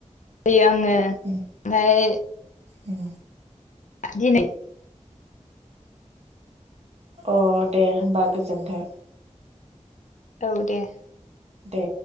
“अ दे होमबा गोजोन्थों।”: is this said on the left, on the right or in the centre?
Right